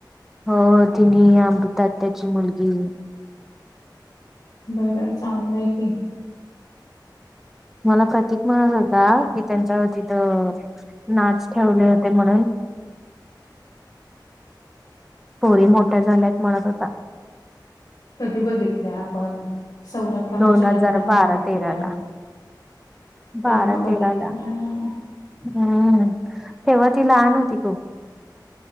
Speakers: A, in the centre; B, on the left.
A: हो तिने अमृता आत्याची मुलगी
B: बर आहे, चांगलंय की
A: मला प्रतीक म्हणत होता, की त्यांच्यावरतीथ नाच ठेवले होते म्हणून पोरी मोठ्या झाल्यात म्हणत होता.
B: कधी बघितलंय आपण सौरभ काकाच्या
A: दोन हजार
B: लग्नात
A: बारा
B: बघितलंय,
A: तेराला बारा
B: तेव्हा
A: तेराला
B: बघितलंय.
A: हम्म, तेव्हा ती लहान होती खुप.